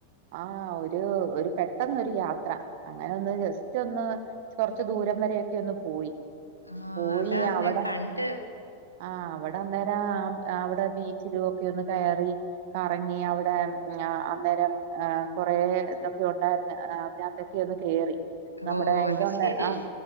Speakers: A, on the right; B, on the left.
A: ആഹ് ഒരു ഒരു പെട്ടെന്നൊരു യാത്ര അങ്ങനെ ഒന്ന് ജസ്റ്റ് ഒന്ന് കൊറച്ച് ദൂരം വരൊക്കെ ഒന്ന് പോയി
B: ആഹ്
A: പോയി
B: അതാ
A: അവിടെ
B: ഞാൻ കണ്ട്
A: ആഹ് അവിടെ അന്നേരം അവിടെ ബീച്ചിലും ഒക്കെ ഒന്ന് കയറി കറങ്ങി, അവിടെ അന്നേരം ആഹ് കുറെേ ഇതൊക്കെ ഉണ്ടായിരുന്ന്, അതിനകത്തൊക്കെ ഒന്ന് കേറി നമ്മുടെ
B: ഓ അത്
A: ഇതൊണ്ട്
B: ശരി
A: ആഹ്